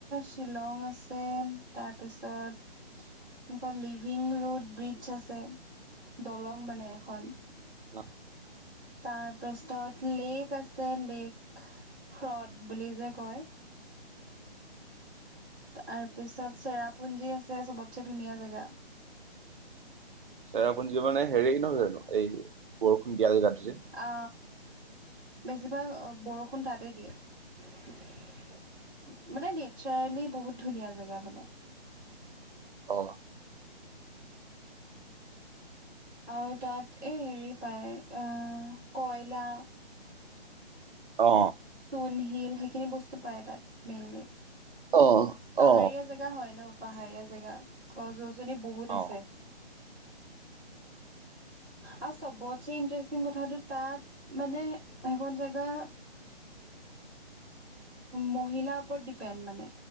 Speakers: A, in the centre; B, on the right.
A: শ্বিলং আছে তাৰপিছত। তাপা লিভিং ৰোট ব্ৰিজ আছে দলং মানে এখন।
B: অ।
A: তাৰপাছত। লেক আছে লেক হ্ৰদ বুলি যে কয়। তাৰপিছত চেৰাপুঞ্জী আছে চবতছে ধুনীয়া জেগা
B: চেৰাপুঞ্জী মানে হেৰি নহয় জানো এই বৰষুণ দিয়া জেগাটো যে
A: অ বেছিভাগ বৰষুণ তাতে দিয়ে মানে নেটচাৰেলি বহুত ধুনীয়া জেগা মানে
B: অ
A: আৰু তাত এই হেৰি পায় আহ কয়লা
B: অ
A: চূন শিল সেইখিনি বস্তু পায় তাত মেইনলি।
B: অ'।
A: পাহাৰীয়া
B: অ
A: জেগা হয় ন পাহাৰীয়া জেগা গছ গছনি বহুত
B: অ
A: আছে। আৰু চবতছে ইণ্টাৰেষ্টিং কথাটো তাত মানে সেইখন জেগা মহিলাৰ ওপৰত ডিপেণ্ড মানে